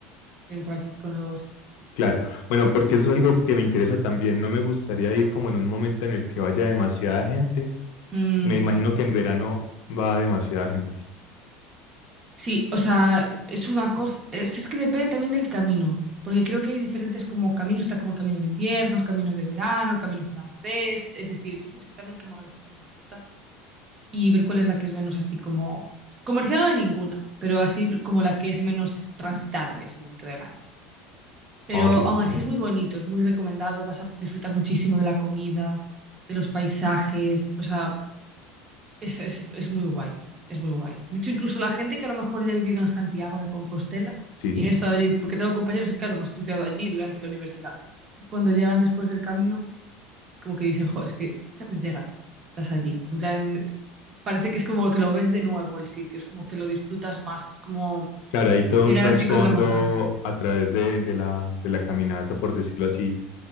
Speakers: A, on the right; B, on the left.
A: ven por aquí con los... Sí, sí.
B: Claro, bueno, porque eso es algo que me interesa también. No me gustaría ir como en un momento en el que vaya demasiada gente.
A: Mm,
B: S- Me imagino que en verano va demasiada gente.
A: sí, o sea, es una cosa, es, es que depende también del camino, porque creo que hay diferentes como caminos, está como el camino de invierno, el camino de verano, el camino francés, es decir, tú tienes que también como elegir tu ruta y ver cuál es la que es menos así como... Comercial no hay ninguna, pero así como la que es menos transitada en ese momento del año. Pero
B: Ah, Ok, ¿eh?
A: aún así es muy bonito, es muy recomendado, vas a disfrutar muchísimo de la comida, de los paisajes, o sea, es, es- es muy guay, es muy guay. De hecho, incluso la gente que a lo mejor ya ha vivido en Santiago de Compostela
B: sí.
A: y ha estado allí, porque tengo compañeros que, claro, hemos estudiado allí durante la universidad, y cuando llegan después del camino, como que dicen, jo, es que, ¿sabes? Llegas, estás allí. En plan, eh, parece que es como que lo ves de nuevo el sitio, es como que lo disfrutas más, es como
B: Claro, hay todo
A: llegar
B: un trasfondo
A: al pico de la montaña.
B: a través de, de la, de la caminata, por decirlo así.